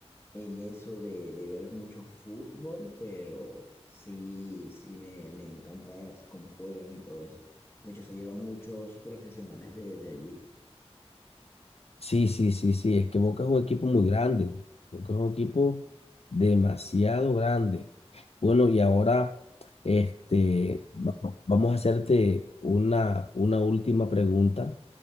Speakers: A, on the left; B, on the left.
A: en eso de, de ver mucho fútbol, pero sí, sí me, me encanta cómo juegan y todo eso. De hecho, se llevan muchos profesionales de, de allí.
B: Sí, sí, sí, sí, es que Boca es un equipo muy grande. Boca es un equipo demasiado grande. Bueno, y ahora, este, va- vamos a hacerte una, una última pregunta